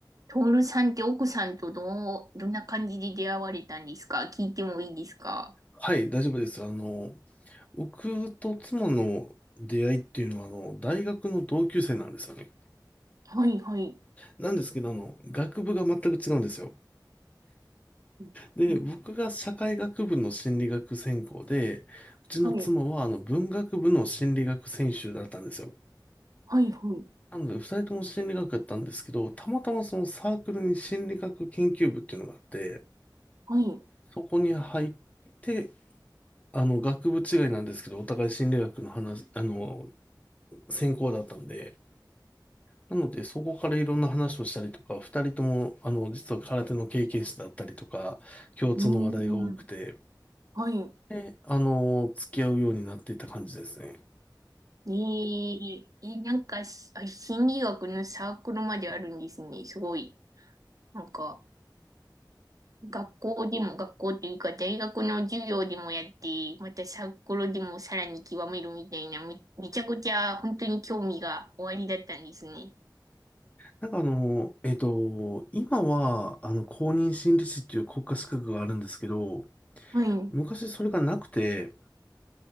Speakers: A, on the right; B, on the left.
A: トールさんって奥さんとどう、どんな感じで出会われたんですか聞いてもいいですか
B: はい、大丈夫です。あの、僕と妻の出会いっていうのは、あの、大学の同級生なんですよね。
A: はい、はい。
B: なんですけど、あの、学部が全く違うんですよ。
A: うん
B: で、僕が社会学部の心理学専攻で、うちの妻は、
A: はい、
B: あの、文学部の心理学専修だったんですよ。
A: はい、はい。
B: なので、二人とも心理学だったんですけど、たまたまそのサークルに心理学研究部っていうのがあって、
A: はい、
B: そこに入って、あの、学部違いなんですけど、お互い心理学の話、あの、専攻だったんで、なので、そこからいろんな話をしたりとか、二人とも、あの、実は空手の経験者だったりとか、共通の話題が多くて、
A: うーん。はい。
B: で、あの、付き合うようになっていった感じですね。
A: えーえ、なんかし、あ心理学のサークルまであるんですね。すごい。なんか、学校でも、学校というか、大学の授業でもやって、またサークルでもさらに極めるみたいな、め、めちゃくちゃ本当に興味がおありだったんですね。
B: なんかあの、えっと、今は、あの、公認心理師っていう国家資格があるんですけど、
A: はい、
B: 昔それがなくて、